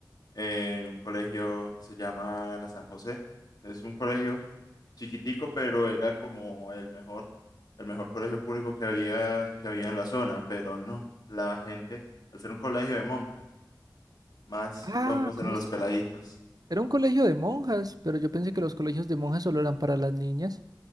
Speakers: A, on the left; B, on the right.
A: en un colegio que se llama La San José. Es un colegio chiquitico, pero era como el mejor, el mejor colegio público que había, que había en la zona, pero no, la gente, al ser un colegio de monjas, más
B: Ah,
A: locos
B: ¿cómo
A: eran los
B: así?
A: peladitos.
B: Era un colegio de monjas, pero yo pensé que los colegios de monjas solo eran para las niñas.